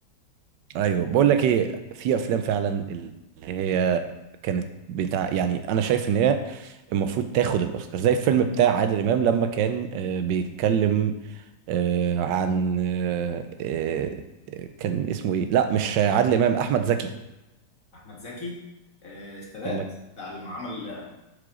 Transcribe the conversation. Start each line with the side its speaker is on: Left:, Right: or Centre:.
Right: ايوه بقول لك ايه في افلام فعلا اللي هي كانت بتاع يعني انا شايف ان هي المفروض تاخد الاوسكار زي الفيلم بتاع عادل امام لما كان آه، بيتكلم آه، عن آه، آه، كان اسمه ايه لا مش عادل امام احمد زكي
Left: أحمد زكي آه، السادات
Right: لما
Left: ده لما عمل آه،